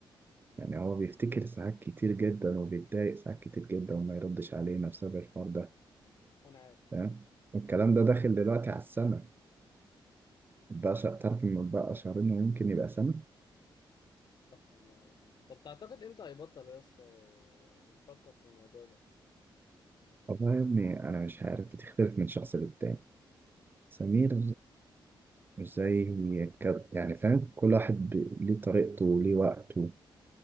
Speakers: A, on the right (about 25°); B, on the left (about 55°).
A: يعني هو بيفتكر ساعات كتير جدا وبيتضايق ساعات كتير جدا وما يردش علينا بسبب الحوار ده
B: انا عارف
A: فاهم والكلام ده داخل دلوقتي على السنة بقى شا... تعرف إن بقى شهرين ويمكن يبقى سنة
B: استغفر الله العظيم طب تعتقد امتى هيبطل يا اسطى يفكر في الموضوع ده
A: والله يا ابني أنا مش عارف بتختلف من شخص للتاني سمير مش زي كده يعني فاهم كل واحد ب... ليه طريقته وليه وقته